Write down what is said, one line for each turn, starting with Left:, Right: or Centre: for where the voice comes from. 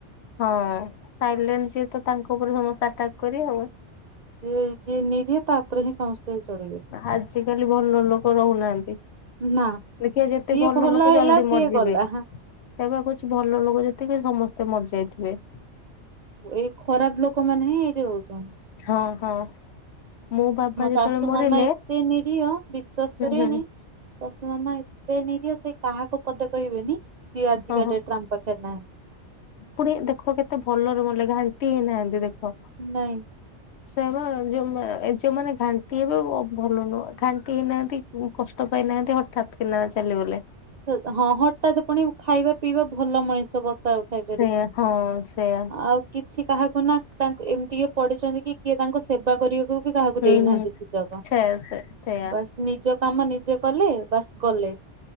Left: ହଁ ସାଇଲେଣ୍ଟ ସିଏ ତ, ତାଙ୍କ ଉପରେ ସମସ୍ତେ ଆଟାକ୍ କରିବେ ଆଉ।
Right: ସି ଯିଏ ନେଇଯିଏ ତା'ପରେ ହିଁ ସମସ୍ତେ ଚଢିବେ।
Left: ଆଜ କାଲି ଭଲ ଲୋକ ରହୁନାହାଁନ୍ତି।
Right: ନା
Left: ଦେଖିବ ଯେତେ
Right: ଯିଏ
Left: ଭଲ ଲୋକ
Right: ହେଲା
Left: ଜଲ୍ଦି
Right: ସିଏ
Left: ମରିଯିବେ।
Right: ଗଲା।
Left: ସେଆବା କହୁଛି, ଭଲ ଲୋକ ଯେତିକି ସମସ୍ତେ ମରିଯାଇଥିବେ।
Right: ଏଇ ଖରାପ ଲୋକମାନେ ହିଁ ଏଇଠି ରହୁଛନ୍ତି।
Left: ହଁ, ହଁ, ମୋ ବାବା ଯେତେବେଳେ
Right: ଶାଶୁ
Left: ମରିଲେ
Right: ମାମା ଏତେ ନିରୀହ ବିଶ୍ଵାସ
Left: ହୁଁ
Right: କରିବେନି
Left: ହୁଁ
Right: ଶଶି ମାମା ଏତେ ନିରୀହ, ସେ କାହାକୁ ପଦେ କହିବେନି। ସିଏ ଆଜିକା
Left: ଓହୋ
Right: ଡେଟ୍ ରେ ଆମ ପାଖରେ ନାହାଁନ୍ତି।
Left: ପୁଣି ଦେଖ କେତେ ଭଲରେ ମଲେ। ଘାଣ୍ଟି ହେଇନାହାଁନ୍ତି ଦେଖ।
Right: ନାଇଁ।
Left: ସେଆବା, ଯୋଉମା ଯୋଉମାନେ ଘାଣ୍ଟି ହେବେ ଭଲ ନୁହେଁ, ଘାଣ୍ଟି ହେଇନାହାଁନ୍ତି। କଷ୍ଟ ପାଇନାହାଁନ୍ତି ହଠାତ୍ କି ନା ଚାଲି ଗଲେ।
Right: ହଁ, ହଁ ହଠାତ୍ ପୁଣି ଖାଇବା ପିଇବା ଭଲ ମଣିଷ ବସା ଉ ଖାଇ ପାରିକି,
Left: ସେୟା ହଁ ସେୟା
Right: ଆଉ। କିଛି କାହାକୁ ନା, ତାଙ୍କୁ ଏମିତି କିଏ ତାଙ୍କୁ ପଡ଼ିଛନ୍ତି, କି କିଏ ତାଙ୍କୁ ସେବା କରିବାକୁ କି କାହାକୁ
Left: ହୁଁ
Right: ଦେଇନାହାଁନ୍ତି
Left: ହୁଁ
Right: ସୁଯୋଗ।
Left: ସେୟା ସେ ସେୟା
Right: ବାସ୍ ନିଜ କାମ ନିଜେ କଲେ ବାସ୍ ଗଲେ।